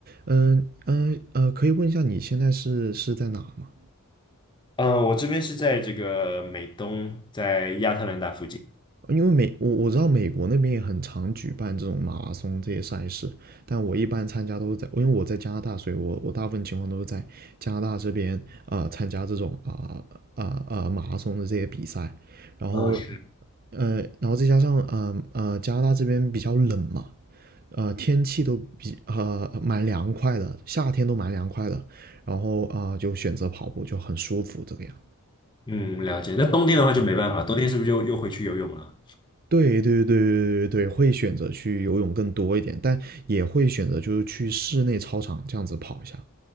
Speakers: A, on the right (about 40°); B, on the left (about 20°).
A: 嗯嗯呃，可以问一下你现在是是在哪吗？
B: 嗯，我这边是在这个美东，在亚特兰大附近。
A: 因为美我我知道美国那边也很常举办这种马拉松这些赛事，但我一般参加都是在，因为我在加拿大，所以我我大部分情况都是在加拿大这边啊、呃参加这种啊啊啊马拉松的这些比赛，然后
B: 嗯，是。
A: 呃然后再加上呃呃加拿大这边比较冷嘛，呃天气都比呃蛮凉快的，夏天都蛮凉快的，然后啊、呃就选择跑步就很舒服这个样。
B: 嗯，了解。那冬天的话就没办法，冬天是不是就又回去游泳了？
A: 对对对对对对，会选择去游泳更多一点，但也会选择就是去室内操场这样子跑一下。